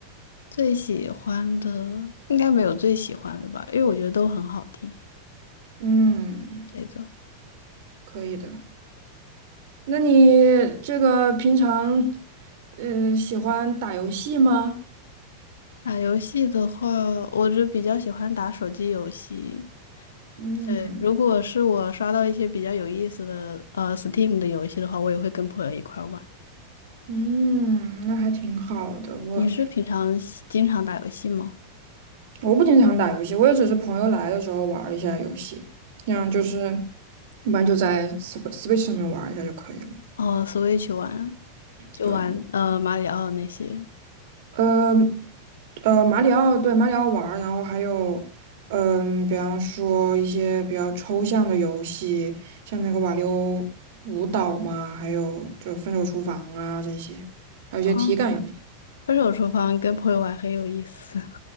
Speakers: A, on the left; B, on the right.
A: 最喜欢的应该没有最喜欢的吧，因为我觉得都很好听。
B: 嗯，
A: 对的。
B: 可以的。那你这个平常，呃，喜欢打游戏吗？
A: 打游戏的话，我就比较喜欢打手机游戏。
B: 嗯
A: 对，如果是我刷到一些比较有意思的呃 Steam 的游戏的话，我也会跟朋友一块儿玩。
B: 嗯，那还挺好的。我
A: 你是平常喜经常打游戏吗？
B: 我不经常打游戏，我也只是朋友来的时候玩儿一下游戏，这样就是一般就在 Sw- Switch 上面玩儿一下就可以了。
A: 哦，Switch 玩就玩呃马里奥那些。
B: 对，呃呃，马里奥对马里奥玩儿，然后还有嗯、比方说一些比较抽象的游戏，像那个瓦力欧舞蹈嘛，还有就分手厨房啊这些，还有一些体感游戏。
A: 哦，分手厨房跟朋友玩很有意思。